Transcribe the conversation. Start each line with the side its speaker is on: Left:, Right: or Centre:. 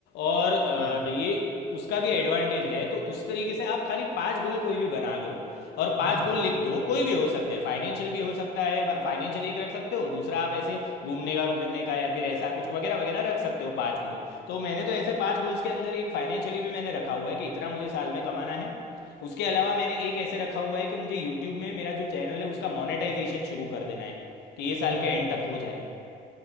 Left: और अ,
Centre: हाँ
Left: ये उसका भी एडवांटेज है तो उस तरीके से आप खाली पांच गोल कोई भी बना लो और पांच
Centre: हाँ
Left: गोल लिख दो कोई भी हो सकते हैं फाइनेंशियल भी हो सकता है फाइनेंशियल एक रख सकते हो दूसरा आप ऐसे घूमने का फिरने का या फिर ऐसा कुछ वगैरह वगैरह रख सकते हो पांच गोल तो मैंने तो ऐसे पांच गोल्स के अंदर एक फाइनेंशियली भी मैंने रखा हुआ है कि इतना मुझे साल में कमाना है उसके अलावा मैंने एक ऐसे रखा हुआ है कि मुझे यूट्यूब में मेरा जो चैनल है उसका मोनेटाइजेशन शुरू कर देना है कि ये साल
Centre: हम्म
Left: के
Centre: हम्म
Left: एंड तक हो जाए